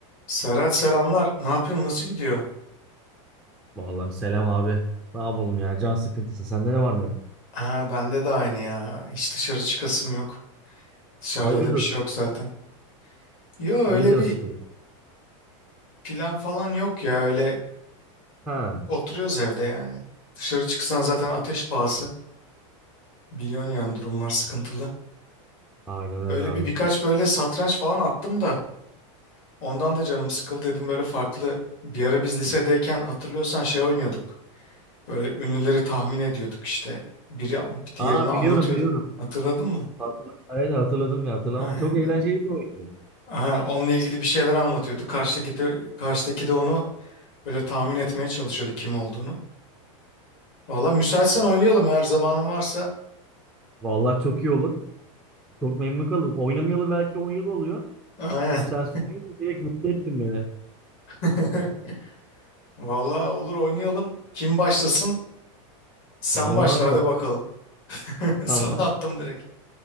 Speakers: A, on the left; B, in the centre.
A: Serhat selamlar. Ne yapıyorsun? Nasıl gidiyor?
B: Vallahi selam abi. Ne yapalım ya? Can sıkıntısı. Sende ne var ne yok?
A: Ha, bende de aynı ya. Hiç dışarı çıkasım yok. Dışarıda
B: Hayırdır?
A: da bir şey yok zaten. Yo
B: Niye
A: öyle
B: canı
A: bir
B: sıkıldı?
A: plan falan yok ya. Öyle
B: Ha.
A: oturuyoruz evde yani. Dışarı çıksan zaten ateş pahası. Biliyorsun yani durumlar sıkıntılı.
B: Aynen öyle
A: Öyle
B: abi.
A: bir birkaç böyle satranç falan attım da. Ondan da canım sıkıldı dedim böyle farklı. Bir ara biz lisedeyken hatırlıyorsan şey oynuyorduk. Böyle ünlüleri tahmin ediyorduk işte. Biri diğerini
B: Aa
A: anlatıyordu.
B: biliyorum biliyorum.
A: Hatırladın mı?
B: Hatırla- Evet hatırladım ya hatırlamam.
A: Aynen
B: Çok eğlenceli
A: böyle.
B: bir oyundu.
A: Ha, onunla ilgili bir şeyler anlatıyordu. Karşıdaki de, karşıdaki de onu böyle tahmin etmeye çalışıyordu kim olduğunu. Valla müsaitsen oynayalım eğer zamanın varsa.
B: Vallahi çok iyi olur. Çok memnun kalırım. Oynamayalı belki 10 yıl oluyor.
A: Aynen.
B: Şimdi sen söyleyince direkt mutlu ettin beni.
A: <laughs> Valla olur oynayalım. Kim başlasın? Sen
B: O zaman
A: başla hadi
B: bakayım.
A: bakalım. <laughs> Sana
B: Tamam.
A: attım direkt.